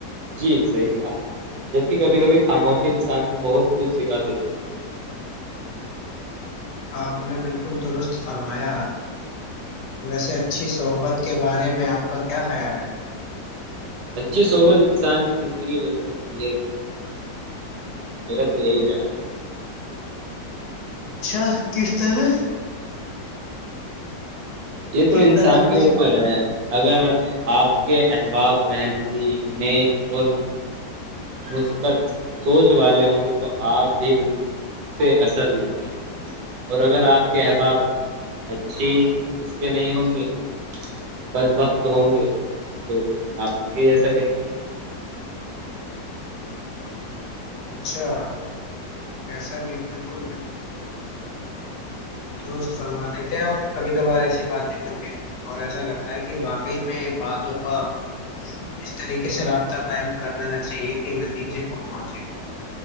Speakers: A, on the right; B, on the left.
A: جی صحیح کہا جبک کبھی کبھی خاموشی انسان کو بہت کچھ سکھا دیتی ہے
B: آپ نے بالکل ل درست فرمایا ویسے اچھی صحبت کے بارے میں آپ اس کا کیا خیال ہے
A: اچھی صحبت انسان کی زندگی بدل سکتی ہے میرا تو یہی خیال ہے
B: اچھا کس ط ہے
A: یہ تو
B: کس
A: انسان
B: طرح
A: کے
B: کوئی
A: اوپر ہے اگر آپ کے احباب محنتی نیک اور مثبت سوچ والے ہوں گے تو آپ بھی ان سے اثر لیتے ہیں اور اگر آپ کے احباب اچھی اس کے نہیں ہوں گے بدبقت ہوں گے تو آپ ان کے جیسا لیں گے
B: اچھا ایسا بھی بالکل بالکل رست فرما دیتے ہیں آپ کبھی کبھار ایسی بات ل کر کے اور ایسا ل کہ باقی میں یہ بات کا اس طریقے سے رابطہ قائم کرنا نہ چاہیے کہ نتیجے پر پہنچے